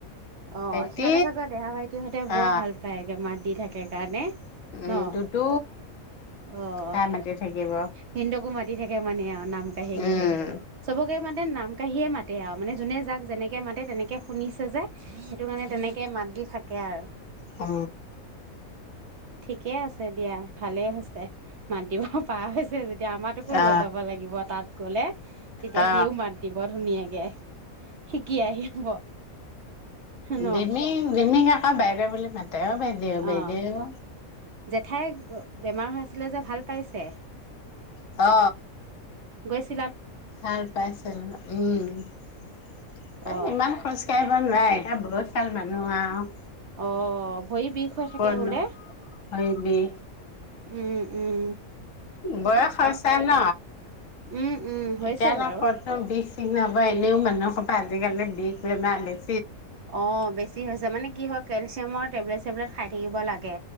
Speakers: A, on the right; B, on the left.
A: অ-
B: ভাইটি
A: সিহঁতে ছাগৈ দেহা ভাইটী হঁতে বৰ
B: অ
A: ভাল পায় একে মাত দি থাকে। সেইকাৰণে -
B: উম
A: অ-
B: দুদু
A: অ-
B: আ মাতি থাকিব
A: ভিনিদেউকো থাকে মানে আৰু নাম কাঢ়ি-
B: উম
A: কাঢ়ি চবকে মাতে নাম- কাঢ়িয়ে মাতে আৰু মানে যোনে যাক যেনেকে মাতে তেনেকৈ শুনিছে যে- সেইটো কাৰণে তেনেকে মাত দি থাকে আৰু।
B: অ
A: ঠিকেই আছে দিয়া, ভালেই হৈছে। মাতদিব। পাৰা হৈছে যেতিয়া আমাৰাতোকো
B: অ
A: লৈ যাব লাগিব তাত। গ'লে। তেতিয়া
B: অ
A: সিও মাত দিব ধুনীয়াকে। ইয়ে। শিকি আহিব। ন
B: ডিমিং-ডিমিং আকৌ বাইদেউ বুলি মাতি- অ- বাইদেউ বাইদেউ।
A: অ জেঠাই বেমাৰ হৈ আছিলে যে, ভাল পাইছে?
B: অ
A: গৈছে।
B: ভাল পাইছে উম-এই
A: অ
B: ইমান খোজ কাঢ়িব - মান নাই, এটা বহুত গাল মানুহ আউ-
A: অ। ভৰি বিষ হৈ থাকে
B: কন
A: বোলে
B: হয় ম <unintelligible>
A: উম-উম
B: বয়স হৈছে ন!
A: উম উম হৈছে
B: এতিয়া নো
A: বাৰু
B: কতনো বিষ- চিষ নহব এনেও মানুহ- আজিকালি বিষ-বেমাৰ বে-
A: অ- বেছি হৈছে মানে কি হয়, কেলচিয়ামৰ টেবলেট চেবলেট- খাই থাকিব লাগে।